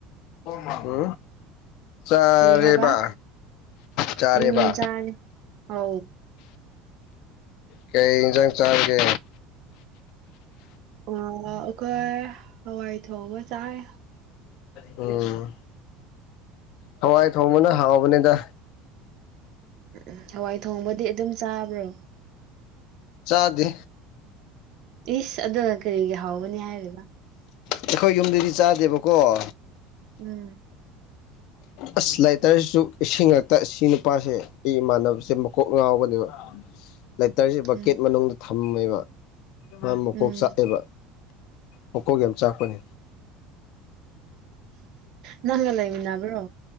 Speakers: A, on the left; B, on the right.
A: ꯎ ꯆꯔꯦꯕ
B: ꯀꯔꯤ ꯍꯥꯏꯕ
A: ꯆꯔꯦꯕ
B: ꯎꯝ ꯆꯥꯔꯦ ꯑꯧ
A: ꯀꯩ ꯏꯖꯥꯡ ꯆꯥꯔꯒ
B: ꯑ ꯑꯩꯈꯣꯏ ꯍꯋꯥꯏ ꯊꯣꯡꯕ ꯆꯥꯏ
A: ꯎꯝ ꯍꯋꯥꯏ ꯊꯣꯡꯕꯅ ꯍꯥꯎꯕꯅꯤꯗ
B: ꯎꯝ ꯍꯋꯥꯏ ꯊꯣꯡꯕꯗꯤ ꯑꯗꯨꯝ ꯆꯥꯕ꯭ꯔꯣ
A: ꯆꯥꯗꯦ
B: ꯏꯁ ꯑꯗꯨꯒ ꯀꯔꯤꯒꯤ ꯍꯥꯎꯕꯅꯤ ꯍꯥꯏꯔꯤꯕ
A: ꯑꯩꯈꯣꯏ ꯌꯨꯝꯗꯗꯤ ꯆꯥꯗꯦꯕꯀꯣ ꯎ
B: ꯎꯝ
A: ꯑꯁ ꯂꯥꯏꯇꯔꯁꯤꯁꯨ ꯏꯁꯤꯡꯉꯛꯇ ꯁꯤ ꯅꯨꯄꯥꯁꯦ ꯑꯩ ꯏꯃꯥꯟꯅꯕꯁꯦ ꯃꯀꯣꯛ ꯉꯥꯎꯕꯅꯦꯕ ꯂꯩꯇꯔꯁꯦ ꯕꯛꯀꯦꯠ
B: ꯎꯝ
A: ꯃꯅꯨꯡꯗ ꯊꯝꯃꯦꯕ ꯑ ꯃꯀꯣꯛ
B: ꯎꯝ
A: ꯆꯥꯛꯑꯦꯕ ꯐꯣꯀꯣꯒꯤ ꯌꯥꯝ ꯆꯥꯛꯄꯅꯤ
B: ꯅꯪꯒ ꯂꯩ ꯃꯤꯅꯥꯕ꯭ꯔꯣ